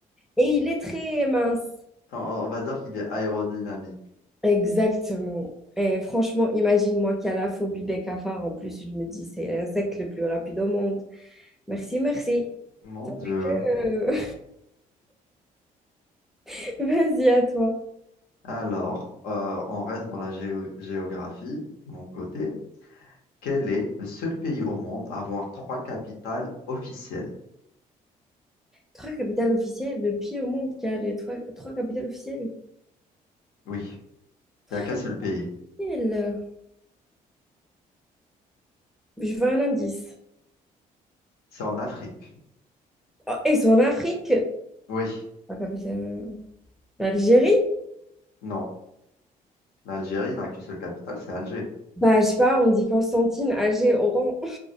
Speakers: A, in the centre; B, on the left (about 85°).
A: et il est très mince.
B: On, on va dire qu'il est aérodynamique.
A: Exactement. Et franchement, imagine-moi qui a la phobie des cafards. En plus, je me dis, c'est l'insecte le plus rapide au monde. Merci, merci.
B: Mon Dieu.
A: Euh, <laughs> vas-y, à toi.
B: Alors, euh, on reste dans la géo- géographie, de mon côté. Quel est le seul pays au monde à avoir trois capitales officielles?
A: Trois capitales officielles, le pays au monde qui a les trois, trois capitales officielles.
B: Oui, il
A: Trois
B: n'y a qu'un seul pays.
A: capitales. Je veux un indice.
B: C'est en Afrique.
A: Oh, et c'est en Afrique.
B: Oui,
A: La capitale. L'Algérie?
B: non. L'Algérie n'a qu'une seule capitale, c'est Alger.
A: Bah, je sais pas, on dit Constantine, Alger, Oran.